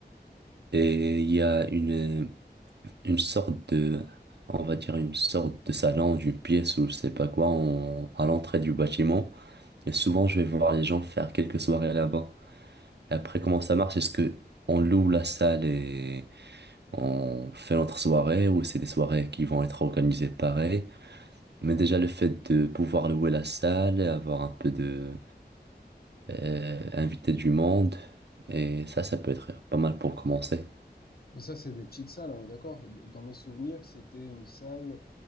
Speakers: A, on the right; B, on the left.
A: et il y a une, une sorte de, on va dire, une sorte de salon, d'une pièce ou je sais pas quoi, en- à l'entrée du bâtiment, et souvent, je vais voir les gens faire quelques soirées là-bas. Et Après, comment ça marche? Est-ce que on loue la salle et on fait notre soirée, ou c'est des soirées qui vont être organisées pareil? Mais déjà, le fait de pouvoir louer la salle, avoir un peu de euh, inviter du monde. Et ça, ça peut être pas mal pour commencer.
B: Mais ça, c'est des petites salles, on est d'accord. Dans mes souvenirs, c'était une salle